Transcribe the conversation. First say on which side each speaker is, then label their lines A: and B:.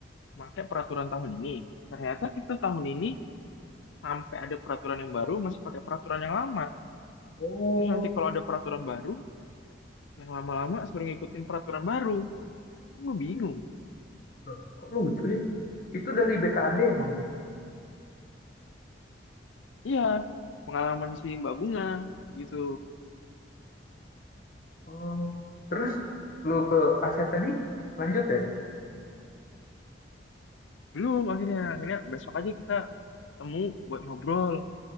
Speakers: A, on the left (about 85°); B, on the left (about 50°).
A: make peraturan tahun ini ternyata kita tahun ini sampai ada peraturan yang baru masih pakai peraturan yang lama.
B: Oh,
A: Terus nanti kalau ada peraturan baru, yang lama-lama suruh ngikutin peraturan baru. Gue bingung.
B: loh, kok lucu sih? Itu dari BKD yang ngomong.
A: Iya, pengalaman si Mbak Bunga gitu.
B: Oh. Terus lu ke aset tadi lanjut ya?
A: Belum akhirnya, akhirnya besok aja kita ketemu buat ngobrol.